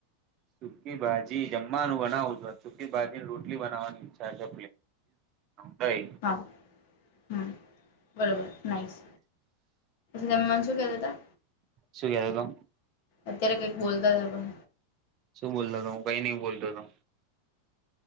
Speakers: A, on the right; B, on the left.
A: સુકી ભાજી જમવાનું બનાવું જો સુકી ભાજીની રોટલી બનાવાની ઈચ્છા છે બઈ
B: હ હમ્મ બરોબર નાઈશ તેમ મેન શું કેતા હતા
A: શું કેતો તો
B: અત્યારે કંઈક બોલતા હતા પણ
A: શું બોતો હતો હું કઈ ન બોલતો હતો